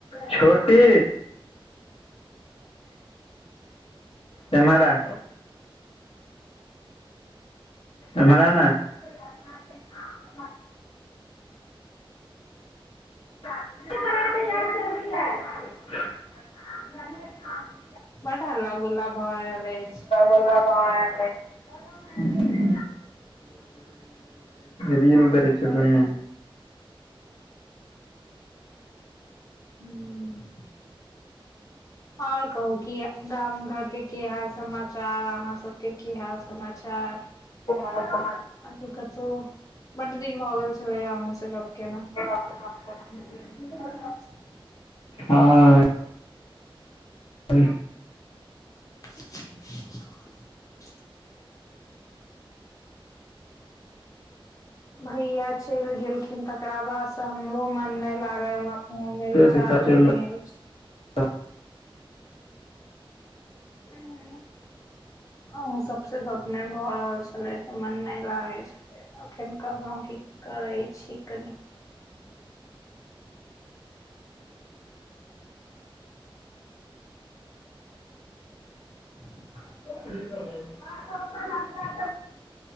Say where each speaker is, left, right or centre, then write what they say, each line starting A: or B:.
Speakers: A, on the left (about 85°); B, on the left (about 35°).
A: छोटी
B: <inaudible>
A: एम्हर आ। एम्हर आ ने। <unintelligible> <unintelligible>
B: बड्ड हल्ला -गुल्ला भ रहल अइछ।
A: भोला बाहर रै छै। <unintelligible> रील देखै छै दुन्। नू
B: ह्म, और कहुं कि गाम घर के की हाल समाचार अहां सबके की हाल समाचार?
A: उहै त
B: आजु कतो, बड्ड दिन भऽ गेल छलै अहों से गप केना।
A: <unintelligible>
B: अच्छा!
A: हँ। ह <inaudible>
B: <inaudible> भैया चलि गेलखिन, तकरा बाद तऽ हमरो मन न लागै यऽ, हमरा फोन मे रिचार्जो
A: छै सब चलि
B: नइ अछि।
A: रहल
B: ओ, अहु सबसे गप नइ भऽ रहल छलै, तऽ मन नइ लागै छलै। एखन कहलौं की करै छी, कनि <inaudible>
A: ठ छै <inaudible>